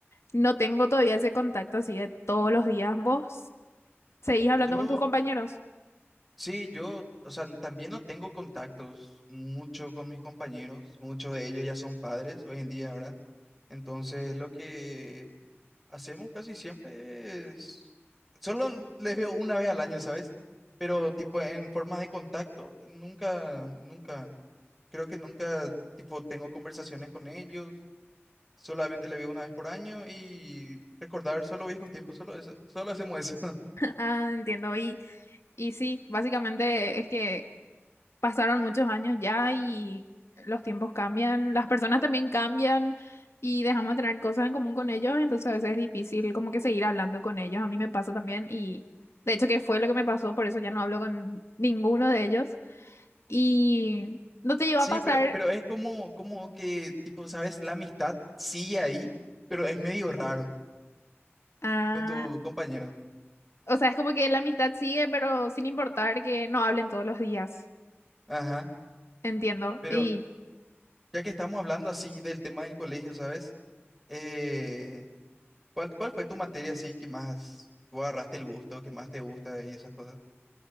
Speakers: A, on the left; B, in the centre.
A: no tengo todavía ese contacto así de todos los días. ¿Vos seguís hablando
B: Yo,
A: con tus compañeros?
B: sí, yo, o sea, también no tengo contactos mucho con mis compañeros, muchos de ellos ya son padres hoy en día, ¿verdad? Entonces, lo que Hacemos casi siempre es... Solo les veo una vez al año, ¿sabes? Pero tipo en forma de contacto, nunca, nunca, creo que nunca, tipo, tengo conversaciones con ellos. Solamente les veo una vez por año y recordar solo viejos tiempos, solo eso, solo hacemos eso. <laughs>
A: Ah, entiendo. Y, y sí, básicamente es que pasaron muchos años ya y los tiempos cambian, las personas también cambian y dejamos de tener cosas en común con ellos, entonces a veces es difícil como que seguir hablando con ellos. A mí me pasa también y de hecho que fue lo que me pasó, por eso ya no hablo con ninguno de ellos. Y no te llegó
B: Sí,
A: a pasar,
B: pero, pero es como, como que, tipo, ¿sabes? La amistad sigue ahí, pero es medio raro
A: ah,
B: con tus compañeros.
A: o sea, es como que la amistad sigue, pero sin importar que no hablen todos los días.
B: Ajá.
A: Entiendo.
B: Pero
A: Y
B: ya que estamos hablando así del tema del colegio, ¿sabes? Eh, ¿Cuál, cuál fue tu materia así que más tú agarraste el gusto, que más te gusta y esas cosas?